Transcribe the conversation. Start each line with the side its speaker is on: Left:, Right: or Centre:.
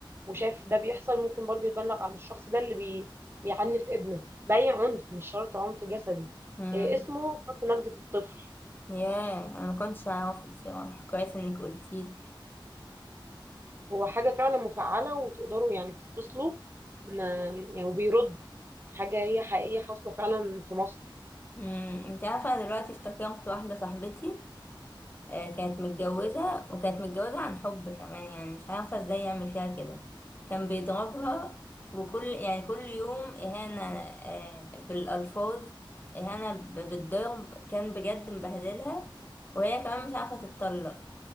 Right: وشاف ده بيحصل ممكن برضو يبلغ عن الشخص ده اللي بي بيعنف ابنه بأي عنف مش شرط عنف جسدي
Left: مم.
Right: آه، اسمه خط نجدة الطفل
Left: ياه أنا ما كنتش أعرفه بصراحة كويس إنك قلتيلي
Right: هو حاجة فعلا مفعلة وتقدروا يعني تتصلوا ما يعني وبيرد حاجة هي حقيقية حاصلة فعلا في مصر
Left: مم. أنت عارفة أنا دلوقتي افتكرت واحدة صاحبتي آه، كانت متجوزة وكانت متجوزة عن حب كمان يعني مش عارفة ازاي يعمل فيها كده كان بيضربها وكل يعني كل يوم إهانة آه، بالألفاظ إهانة ب- بالضرب كان بجد مبهدلها وهي كمان مش عارفة تتطلق